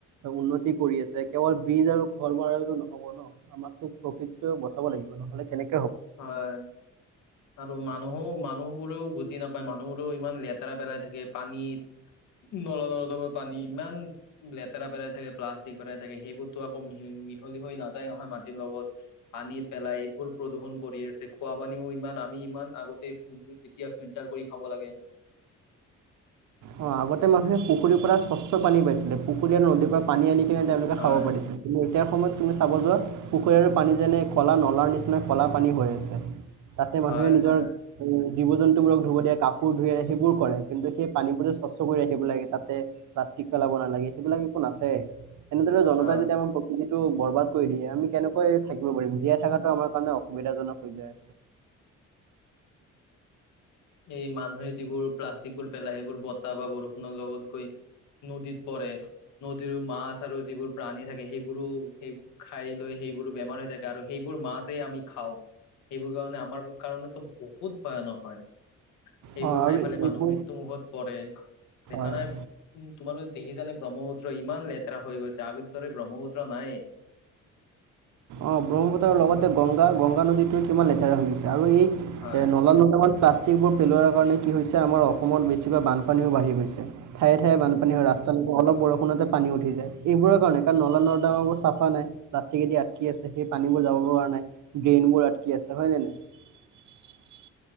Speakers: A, on the right; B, on the left.
A: উন্নতি কৰি আছে কেৱল বীজ আৰু ঘৰ বনালে তো নহব ন আমাকতো প্ৰফিট টো বচাব লাগিব নহলে কেনেকে
B: হয় আৰু মানুহও মানুহ বোৰেও বুজি জি নাপায় মানুহবোৰো ইমান লেট- তাৰা পেলাই থাকে পানীত নলা নৰ্দমা পানী ইমান লেতেৰা পেলাই থাকে প্লাষ্টিক পেলাই থাকে সেইবোৰতো আকৌ মি মিহলি হৈ নাযায় নহয় মাটিৰ লগত পানী পেলাই এইবোৰ প্ৰদূষণ কৰি আছে খোৱা পানীও ইমান আমি ইমান আগতে এতিয়া ফিল্টাৰ কৰি খাব লাগে।
A: অ আগতে মানুহে পুখুৰীৰ পৰা স্বচ্ছ পানী পাইছিলে পুখুৰী আৰু নদীৰ পৰা পানী আনি তেওঁলোকে
B: হয়
A: খাব পাৰিছিলে কিন্তু এতিয়াৰ সময়ত তুমি- চাব যোৱা পুখুৰীৰ পানী যেনে কলা নলাৰ নিচিনা কলা পানী হৈ আছে। তাতে মানুহে
B: হয়
A: নিজৰ
B: হয়
A: জীৱ জন্তুবোৰক ধুব দিয়ে কাপোৰ ধুই দিয়ে সেইবোৰ কৰে কিন্তু সেই পানীবোৰ স্বচ্ছ কৰি ৰাখিব লাগে তাতে প্লাষ্টিক পেলাব নালাগে সেইবিলাক একো নাছে এনেধৰণে জনতা
B: হয়
A: যদি আমাৰ প্ৰকৃতি টো বৰবাদ কৰি দিয়ে আমি কেনেকৈ থাকিব পাৰিম জীয়াই থকাটো আমাৰ কাৰণে অসুবিধাজনক হৈ যায়
B: এই মানুহে যিবোৰ প্লাষ্টিক বোৰ পেলায় সেইবোৰ বতাহ বা বৰষুণৰ লগত গৈ নদীত পৰে নদীৰো মাছ আৰু যিবোৰ প্ৰাণী থাকে, সেইবোৰো সেই খাই লৈ সেইবোৰো বেমাৰ হৈ থাকে। আৰু সেইবোৰ মাছেই আমি খাওঁ। সেইবোৰ কাৰণে আমাৰ কাৰণেতো বহুত ভয়ানক হয়। সেইবোৰ
A: অঁ আৰু
B: খাই পালে মানুহ
A: এইবোৰ
B: মৃত্যু মুখত পৰে
A: হয়
B: দেখা নাই তোমালোক দেখি জানে ব্ৰহ্মপুত্ৰ তো ইমান লেতেৰা হৈ গৈছে আগৰ দৰে ব্ৰহ্মপুত্ৰ নাই?
A: অঁ ব্ৰহ্মপুত্ৰৰ লগতে গংগা গংগা নদীটোৱে কিমান লেতেৰা হৈছে। আৰু এই এ
B: হয়
A: নলা নৰ্দমাৰ প্লাষ্টিকবোৰ পেলোৱাৰ কাৰণে কি হৈছে আমাৰ অসমত বেছিকৈ বানপানীও বাঢ়ি গৈছে। ঠায়ে ঠায়ে বান হয় ৰাস্তা অল বৰষুণ সোনণতে পানী উঠি যায়, এইবোৰৰ কাৰণে কাৰণ নলা নৰ্দমাবোৰ চাফা নাই? লাচ কেদি আটকি আছে। সেই পানীবোৰ যাব পৰা নাই ড্ৰেইনবোৰ আটকি আছে হয় নে নাই?